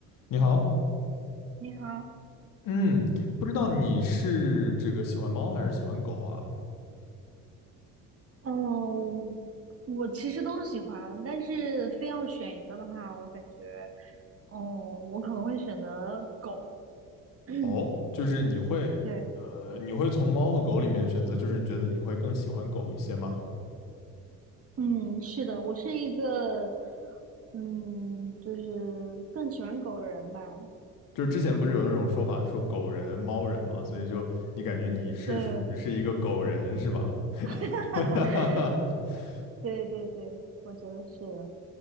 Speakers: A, on the left; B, on the right.
A: 你好，
B: 你好，
A: 嗯，不知道你是这个喜欢猫还是喜欢狗啊？
B: 嗯，我我其实都喜欢，但是非要选一个的话，我感觉，哦，我可能会选择狗。<clears throat>
A: 哦，就是你会，
B: 对，
A: 呃，你会从猫和狗里面选择，就是觉得你会更喜欢狗一些吗？
B: 嗯，是的，我是一个，嗯，就是更喜欢狗的人吧。
A: 就是之前不是有那种说法说狗人、猫人嘛，所以就你感觉你是属于是一个狗人是吧？
B: 对 <laughs>，
A: <laughs>
B: 对对对，我觉得是的。